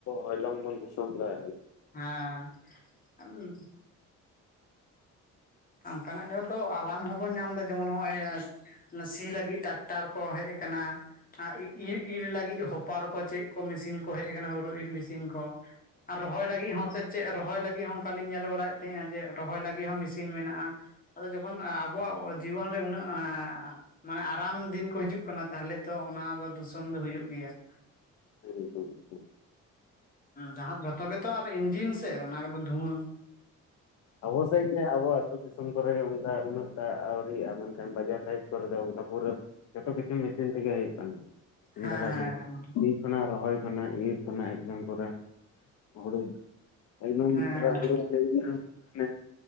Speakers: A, on the left; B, on the left.
A: ᱦᱚᱭᱞᱚᱝ ᱵᱚᱱ ᱜᱩᱥᱚᱱ ᱞᱮ
B: ᱦᱮᱸ <unintelligible> ᱚᱱᱠᱟᱱᱟᱜ ᱡᱚᱛᱚ ᱟᱨᱟᱢ ᱦᱚᱸᱵᱚᱱ ᱧᱟᱢ ᱮᱫᱟ ᱡᱮᱢᱚᱱ ᱱᱚᱜᱼᱚᱭ, ᱥᱤ ᱞᱟᱹᱜᱤᱫ ᱴᱨᱟᱠᱴᱟᱨ ᱠᱚ ᱦᱮᱡ ᱟᱠᱟᱱᱟ ᱾ ᱤᱨ ᱤᱨ ᱞᱟᱹᱜᱤᱫ ᱦᱚᱯᱟᱨ ᱠᱚ ᱪᱮᱫ, ᱢᱮᱥᱤᱱ ᱠᱚ ᱦᱮᱡ ᱟᱠᱟᱱᱟ ᱦᱩᱲᱩ ᱤᱨ ᱢᱮᱥᱤᱱ ᱠᱚ ᱟᱨ ᱨᱚᱦᱚᱭ ᱞᱟᱹᱜᱤᱫ ᱦᱚᱸ ᱥᱮ ᱪᱮᱫ ᱨᱚᱦᱚᱭ ᱞᱟᱹᱜᱤᱫ ᱦᱚᱸ ᱚᱱᱠᱟᱞᱤᱧ ᱧᱮᱞ ᱵᱟᱲᱟᱭᱮᱫ ᱛᱟᱦᱮᱸᱼᱟ ᱡᱮ ᱨᱚᱦᱚᱭ ᱞᱟᱹᱜᱤᱫ ᱦᱚᱸ ᱢᱮᱥᱤᱱ ᱢᱮᱱᱟᱜᱼᱟ ᱾ ᱟᱫᱚ ᱡᱚᱠᱷᱚᱱ ᱟᱵᱚᱣᱟᱜ ᱡᱤᱵᱚᱱ ᱨᱮ ᱩᱱᱟᱹᱜ <unintelligible> ᱢᱟᱱᱮ ᱟᱨᱟᱢ ᱫᱤᱱ ᱠᱚ ᱦᱤᱡᱩᱜ ᱠᱟᱱᱟ, ᱛᱟᱦᱞᱮ ᱛᱚ ᱚᱱᱟ ᱫᱚ ᱫᱩᱥᱚᱱ ᱫᱚ ᱦᱩᱭᱩᱜ ᱜᱮᱭᱟ ᱾
A: <unintelligible>
B: ᱡᱟᱦᱟᱸ ᱡᱷᱚᱛᱚ ᱜᱮᱛᱚ ᱟᱨ ᱤᱧᱡᱤᱱ ᱥᱮ, ᱚᱱᱟᱫᱚ ᱫᱷᱩᱣᱟᱹ ᱾
A: ᱟᱵᱚ ᱥᱮᱡ ᱟᱵᱚᱣᱟ ᱛ ᱫᱤᱥᱚᱢ ᱠᱚᱨᱮᱜ ᱚᱱᱠᱟ ᱩᱱᱟᱹᱜ ᱴᱟᱜ ᱟᱹᱣᱨᱤᱜᱼᱟ, ᱢᱮᱱᱠᱷᱟᱱ ᱵᱟᱡᱟᱨ ᱥᱟᱭᱤᱰ ᱠᱚᱨᱮ ᱫᱚ ᱚᱱᱠᱟ ᱯᱩᱨᱟᱹ, ᱡᱚᱛᱚ ᱠᱤᱪᱷᱩ ᱢᱮᱥᱤᱱ ᱛᱮᱜᱮ ᱦᱩᱭᱩᱜ ᱠᱟᱱᱟ, ᱤᱥᱤᱱ
B: ᱦᱮᱸ ᱦᱮᱸ
A: ᱫᱟᱨᱟᱭ ᱛᱮᱜᱮ ᱠᱟᱱᱟ ᱨᱚᱦᱚᱭ ᱠᱟᱱᱟ, ᱤᱨ ᱠᱟᱱᱟ, ᱮᱠᱫᱚᱢ ᱯᱚᱨᱮ ᱦᱩᱲᱩ ᱮᱜᱫᱚᱢ
B: ᱦᱮᱸ
A: ᱯᱩᱨᱟ ᱦᱩᱲᱩ <unintelligible> ᱢᱟᱱᱮ